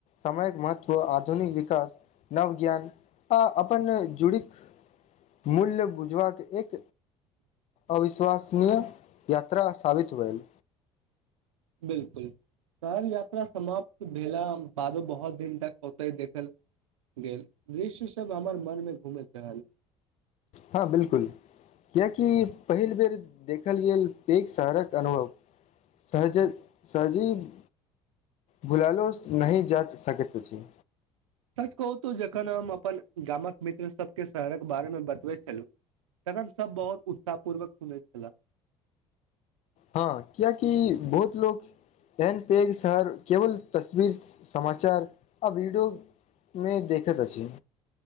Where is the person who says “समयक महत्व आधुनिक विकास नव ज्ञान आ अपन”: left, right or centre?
Left